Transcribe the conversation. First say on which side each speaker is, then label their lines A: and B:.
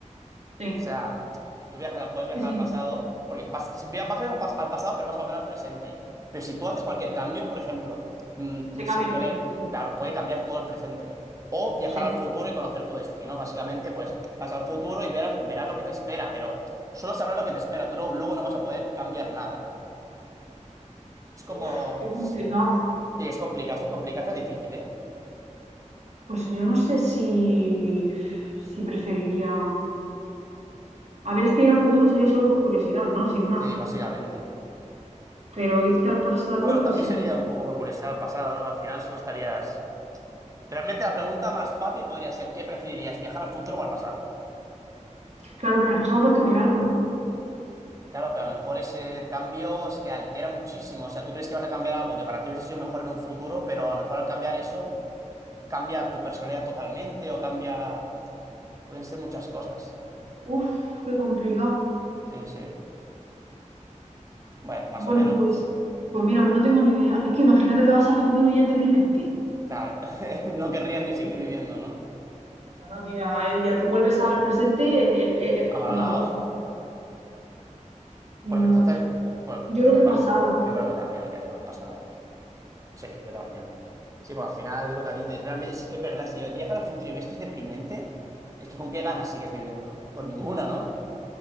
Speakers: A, on the right; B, on the right.
A: sí,
B: O sea, si tú viajas, puedes viajar
A: sí, sí.
B: al pasado, porque vas, si via- vas al, pas- al pasado, pero vas a volver al presente. Pero si tú haces cualquier cambio, por ejemplo, mm,
A: Se cambia
B: sin
A: el
B: querer,
A: presente, sí,
B: claro, puede cambiar todo el presente. O viajar
A: sí.
B: al futuro y conocer tu destino. Básicamente, pues vas al futuro y verás, verás lo que te espera, pero solo sabrás lo que te espera. Tú no- luego no vas a poder cambiar nada. Es como...
A: Uf, qué complicado.
B: Sí, es complicado, es complicado, es difícil, ¿eh?
A: Pues yo no sé si, si preferiría... A ver, es que ir al futuro sería solo por curiosidad, ¿no? Sin más.
B: Sí, básicamente.
A: Pero irte al pasado,
B: Bueno,
A: pues
B: también
A: en
B: sería
A: el...
B: un poco por curiosidad al pasado, ¿no? Al final solo estarías... Realmente la pregunta más fácil podría ser, ¿qué preferirías, viajar al futuro o al pasado?
A: Claro, pero en el pasado puedes cambiar algo, ¿no?
B: Claro, pero a lo mejor ese cambio es que altera muchísimo. O sea, tú crees que vas a cambiar algo que para ti hubiese sido mejor en un futuro, pero a lo mejor al cambiar eso cambia tu personalidad totalmente o cambia... Pueden ser muchas cosas.
A: Uf, qué complicado.
B: Sí, sí. Bueno, más
A: Bueno,
B: o menos.
A: pues, pues mira, no tengo ni idea. Es que imagínate que vas al futuro y es deprimente.
B: Claro, <laughs> no querrías ni seguir viviendo, ¿no?
A: Ahora que ya, ya te- vuelves al presente, eh, eh, eh,
B: Amargado.
A: amargado. No,
B: Pues entonces, pues,
A: yo creo
B: pues
A: que
B: con-
A: el pasado.
B: yo creo que también me quedaría con el pasado. Sí, yo también. Sí, pues al final lo que dices, realmente, es que es verdad, si viajas al futuro y ves que es deprimente, es que con qué ganas sigues viviendo. Con ninguna, ¿no?